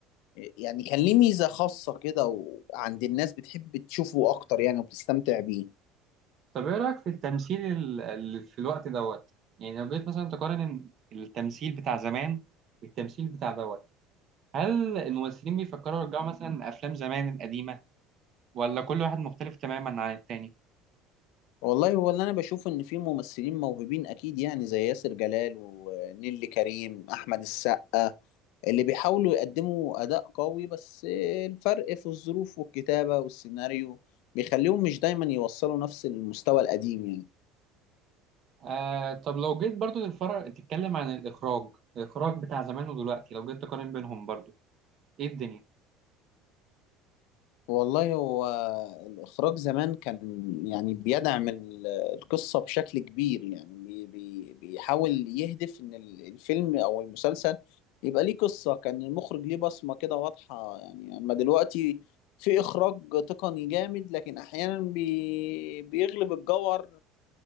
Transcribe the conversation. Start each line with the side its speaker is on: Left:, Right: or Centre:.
Left: يعني كان ليه ميزة خاصة كده وعند الناس بتحب تشوفه أكتر يعني وبتستمتع بيه
Right: طب ايه رأيك في التمثيل ال- ال- في الوقت دوت يعني لو جيت مثلا تقارن إن التمثيل بتاع زمان بالتمثيل بتاع دوت هل الممثلين بيفكروا يرجعوا مثلا افلام زمان القديمة ولا كل واحد مختلف تماما عن التاني
Left: والله هو اللي أنا بشوف إن في ممثلين موهوبين أكيد يعني زي ياسر جلال ونيلي كريم أحمد السقا اللي بيحاولوا يقدموا أداء قوي بس الفرق في الظروف والكتابة والسيناريو بيخليهم مش دايما يوصلوا نفس المستوى القديم يعني
Right: آه طب لو جيت برضو للفرق تتكلم عن الإخراج الإخراج بتاع زمان ودلوقتي لو جيت تقارن بينهم برضو ايه الدنيا
Left: والله هو الإخراج زمان كان يعني بيدعم ال- القصة بشكل كبير يعني بي بي بيحاول يهدف إن ال- الفيلم أو المسلسل يبقى ليه قصة كان المخرج ليه بصمة كده واضحة يعني أما دلوقتي في إخراج تقني جامد لكن أحيانا بي بيغلب الجوهر